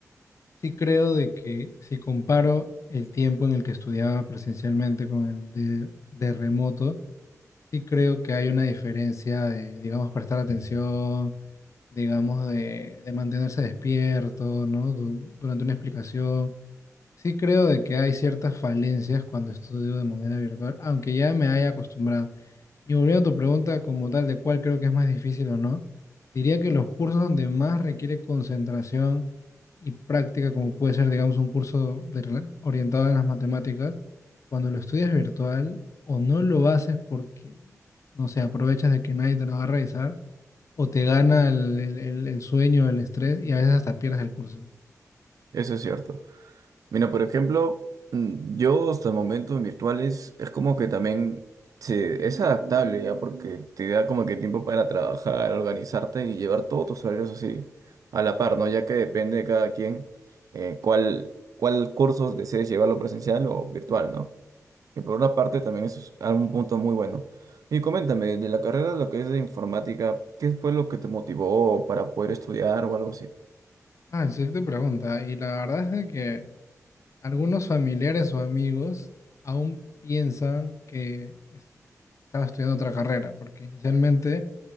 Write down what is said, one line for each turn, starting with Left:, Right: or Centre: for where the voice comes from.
Left: sí creo de que si comparo el tiempo en el que estudiaba presencialmente con el de, de remoto, sí creo que hay una diferencia de, digamos, prestar atención, digamos, de, de mantenerse despierto, ¿no? Du- Durante una explicación. Sí creo de que hay ciertas falencias cuando estudio de manera virtual, aunque ya me haya acostumbrado. Y volviendo a tu pregunta como tal de cuál creo que es más difícil o no, diría que los cursos donde más requiere concentración y práctica, como puede ser, digamos, un curso de rela- orientado en las matemáticas, cuando lo estudias virtual o no lo haces porque, no sé, aprovechas de que nadie te lo va a revisar, o te gana el, el el- el sueño, el estrés y a veces hasta pierdes el curso.
Right: eso es cierto. Mira, por ejemplo, mm, yo hasta el momento virtuales es como que también se, es adaptable ya porque te da como que tiempo para trabajar, organizarte y llevar todos tus horarios así a la par, ¿no? Ya que depende de cada quien eh, cuál, cuál cursos desees llevarlo presencial o virtual, ¿no? Y por una parte también eso es un punto muy bueno. Y coméntame, de la carrera de lo que es de informática, ¿qué fue lo que te motivó para poder estudiar o algo así?
Left: Ah, sí te pregunta. Y la verdad es de que algunos familiares o amigos aún piensan que estaba estudiando otra carrera, porque inicialmente